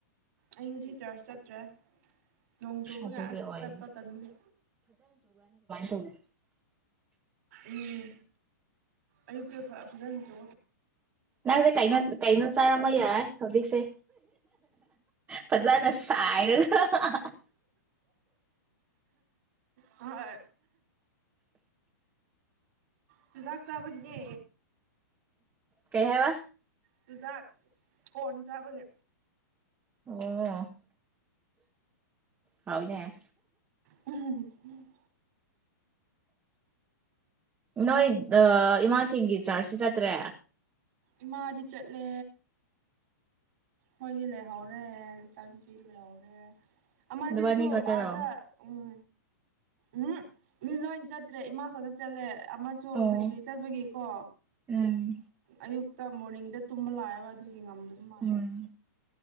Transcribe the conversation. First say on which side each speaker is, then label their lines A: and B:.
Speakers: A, on the right; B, on the right.
A: ꯑꯩ ꯉꯁꯤ ꯆꯔꯆ ꯆꯠꯇ꯭ꯔꯦ ꯅꯣꯡ ꯆꯨꯕꯒ
B: ꯑꯗꯨꯒꯤ
A: ꯑꯁ
B: ꯑꯣꯏꯅꯤ
A: ꯆꯠꯄ ꯇꯟꯕꯒꯤ
B: ꯍ <unintelligible>
A: ꯎꯝ ꯑꯌꯨꯛꯇꯤ ꯐ ꯐꯖ ꯆꯨ
B: ꯅꯪꯁꯂ ꯀꯥꯩꯅꯣ ꯀꯩꯩꯅꯣ ꯆꯥꯔꯝꯕ ꯌꯥꯏ ꯍꯧꯖꯤꯛꯁꯦ ꯐꯖꯅ ꯁꯥꯏꯔꯒ <inaudible>
A: ꯍꯣꯏ ꯆꯨꯖꯥꯛ ꯆꯥꯕꯒꯤꯅꯦ
B: ꯀꯩ ꯍꯥꯏꯕ
A: ꯆꯨꯖꯥꯛ ꯀꯣꯔꯟ ꯆꯥꯕꯒꯤ
B: ꯑꯣ ꯍꯥꯎꯋꯤꯅꯦ
A: ꯎꯝ
B: ꯅꯣꯏ ꯏꯃꯥꯁꯤꯡꯒꯤ ꯆꯥꯔꯖꯁꯤ ꯆꯠꯇ꯭ꯔꯦ
A: ꯏꯃꯥꯗꯤ ꯆꯠꯂꯦ ꯃꯣꯏꯗꯤ ꯂꯩꯍꯧꯔꯦ ꯆꯥꯟꯁꯤ ꯂꯩꯍꯧꯔꯦ ꯑꯖꯤꯁꯨ
B: ꯅꯕꯥꯅꯤ ꯈꯛꯇꯔꯣ
A: ꯑꯗ ꯎꯝ ꯎꯝ ꯃꯤ ꯂꯣꯏꯅ ꯆꯠꯇ꯭ꯔꯦ ꯏꯃꯥ ꯈꯛꯇ ꯆꯠꯂꯦ ꯑꯃꯁꯨ
B: ꯑꯣ
A: ꯁꯟꯇ꯭ꯔꯤ ꯆꯠꯕꯒꯤꯀꯣ
B: ꯎꯝ
A: ꯑꯌꯨꯛ ꯃꯣꯔꯅꯤꯡꯗ ꯇꯨꯝꯕ ꯂꯥꯛꯑꯦꯕ ꯑꯗꯨꯒꯤ ꯉꯝꯗꯕ ꯃꯥꯜꯂꯦ
B: ꯎꯝ